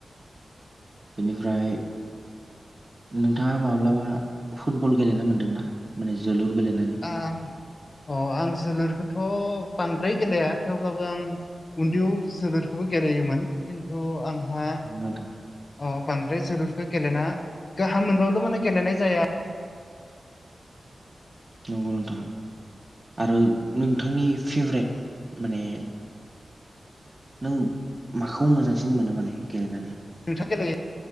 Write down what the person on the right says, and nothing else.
बेनिफ्राय नोंथाङा माब्लाबा फुटबल गेलेनो मोनदोंना माने जोलुर गेलेनानै
नंगौ नोंथां
नंगौ नोंथां आरो नोंथांनि फेभराइट माने नों माखौ मोजांसिन मोनो माने गेलेनानै